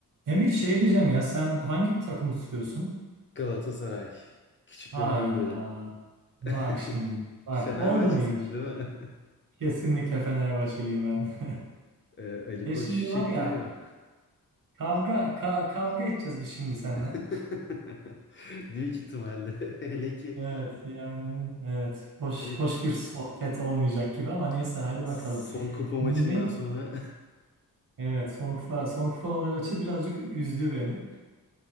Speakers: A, on the right; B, on the left.
A: Emir şey diyeceğim ya sen hangi takımı tutuyorsun?
B: Galatasaray. Küçüklüğümden
A: Hayda.
B: beri.
A: Bak
B: <laughs>
A: şimdi. Bak
B: Fenerbahçe'sinin
A: oldu mu hiç?
B: değil mi? <laughs>
A: Kesinlikle Fenerbahçeliyim ben. <laughs>
B: Ee, Ali
A: E
B: Koç
A: şimdi
B: çektiriyor.
A: var ya kavga ka- kavga edeceğiz biz şimdi seninle.
B: <laughs> Büyük ihtimalle. <laughs> Hele ki
A: Evet yani evet hoş
B: e,
A: hoş bir sohbet olmayacak gibi ama neyse hadi
B: son
A: bakalım.
B: kupa maçından
A: Ne?
B: sonra <laughs>
A: Evet son kupa son kupa maçı birazcık üzdü beni.